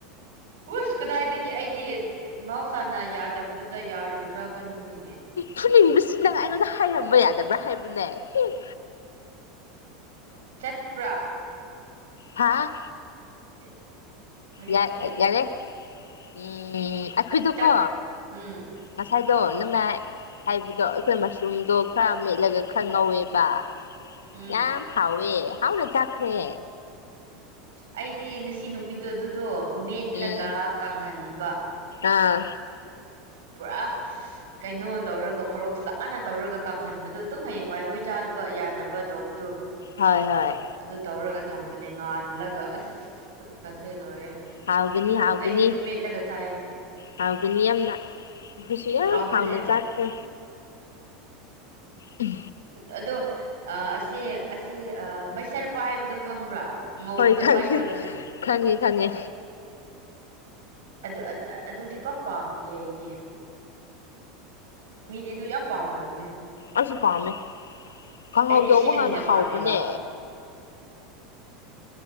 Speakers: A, on the right; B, on the left.
A: ꯋꯨꯁ ꯀꯗꯥꯏꯗꯒꯤ ꯑꯩꯗꯤ ꯃꯍꯧꯁꯥꯅ ꯌꯥꯗꯕꯗꯨꯗ ꯌꯥꯔꯣꯏꯗ꯭ꯔꯥ ꯈꯟꯕꯅꯤꯅꯦ
B: ꯐꯨꯅꯤꯡꯕꯁꯤꯅ ꯑꯩꯉꯣꯟꯗ ꯍꯥꯏꯔꯝꯕ ꯌꯥꯗꯕ꯭ꯔꯥ ꯍꯥꯏꯕꯅꯦ <unintelligible>
A: ꯆꯠꯄ꯭ꯔꯥ
B: ꯍꯥꯥ
A: <unintelligible>
B: ꯌꯥ
A: ꯍꯥꯏꯔꯒꯦ
B: ꯌꯥꯔꯦ ꯎꯝ ꯑꯩꯈꯣꯏꯗꯣꯀꯣ
A: ꯆꯥꯛ ꯎꯝ
B: ꯉꯁꯥꯏꯗꯣ ꯅꯪꯅ ꯍꯥꯏꯕꯗꯣ ꯑꯩꯈꯣꯏ ꯃꯁꯔꯨꯝꯗꯣ ꯈꯔ ꯃꯦꯠꯂꯒ ꯈꯔ ꯉꯧꯋꯦꯕ
A: ꯎꯝ
B: ꯌꯥꯝ ꯍꯥꯎꯋꯦ ꯍꯥꯎꯅ ꯆꯥꯈ꯭ꯔꯦ
A: ꯑꯩꯗꯤ ꯉꯁꯤ ꯅꯨꯃꯤꯠꯇꯨ ꯑꯗꯨꯗꯣ ꯃꯦꯠꯂꯒ
B: ꯎꯝ
A: ꯀꯪꯍꯟꯕ
B: ꯑꯥ
A: ꯄꯨꯔꯥ ꯀꯩꯅꯣ ꯇꯧꯔꯒ ꯃꯣꯔꯣꯛ ꯆꯥꯛ ꯑꯥꯟꯅ ꯇꯧꯔꯒ ꯀꯪꯍꯟꯕꯗꯣ ꯑꯗꯨꯝ ꯍꯌꯦꯡ ꯋꯥꯏ ꯑꯩꯈꯣꯏ ꯆꯥꯅꯕ ꯌꯥꯅꯕ ꯇꯧꯕꯗꯨ
B: ꯍꯣꯏ ꯍꯣꯏ
A: ꯑꯗꯨ ꯇꯧꯔꯒ ꯊꯝꯕꯅꯦ ꯉꯥꯜꯂꯒ ꯑꯁ ꯈꯨꯠꯀꯁꯦ ꯂꯣꯏꯔꯦ
B: ꯍꯥꯎꯒꯅꯤ
A: ꯑꯗꯨ
B: ꯍꯥꯎꯒꯅꯤ
A: ꯑꯩꯁꯨ ꯑꯗꯨ ꯃꯦꯠꯂꯒ ꯆꯥꯏꯌꯦ
B: ꯍꯥꯎꯒꯅꯤ ꯌꯥꯝꯅ ꯑꯩꯈꯣꯏꯁꯨ ꯌꯥꯝ
A: ꯍꯥꯎꯕꯅꯦ
B: ꯍꯥꯎꯅ ꯆꯥꯈ꯭ꯔꯦ ꯎꯝ
A: ꯑꯗꯣ ꯑ ꯑꯁꯤ ꯑꯁꯤ ꯑ ꯃꯩꯁꯔ ꯄꯥꯏꯕꯗꯨ ꯈꯪꯕ꯭ꯔꯥ ꯉꯧꯕꯗꯣ
B: ꯍꯣꯏ ꯈꯪꯉꯦ
A: ꯋꯥꯏꯠ ꯀꯂꯔ
B: ꯈꯪꯉꯦ ꯈꯪꯉꯦ
A: ꯑꯗꯨ ꯑꯗꯨꯗꯤ ꯄꯥꯛ ꯄꯥꯝꯗꯦ ꯑꯩꯗꯤ ꯃꯤꯗꯤ ꯑꯗꯨ ꯌꯥꯝ ꯄꯥꯝꯅꯕꯅꯦ
B: ꯑꯩꯁꯨ ꯄꯥꯝꯃꯦ ꯀꯥꯡꯍꯧ
A: ꯑꯩꯗꯤ
B: ꯇꯧꯕ
A: ꯑꯁꯤꯅ
B: ꯀꯥꯟꯗ
A: ꯍꯦꯟꯅ
B: ꯍꯥꯎꯕꯅꯦ
A: ꯄꯥꯝꯃꯦꯕ